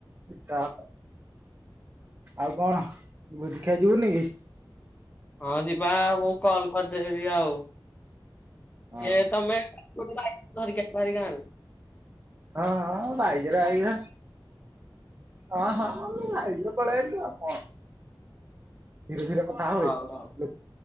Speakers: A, on the right; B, on the left.
A: ଟାକ ଆଉ କଣ ଭୋଜିଖାଇ ଯିବୁନି କି?
B: ହଁ ଯିବା ମୁଁ କଲ କରିଦେବି ଆଉ।
A: ହଁ
B: ସେ ତମେ <unintelligible> ଧରୀକି ଆସିବ ଭାରି ଗାଁ ରୁ।
A: ହଁଁ ହଁ ବାଏକିରେ ଆଇବେ। ହଁ ହଁ ଆମେ ବାଇକିରେ ପଳେଇ ଆଇଲୁ ଆଉ କଣ। ଧୀରେ ଧୀରେ କଥା ହୋ
B: ହଉ
A: ବେ
B: ହଉ
A: ଲୋ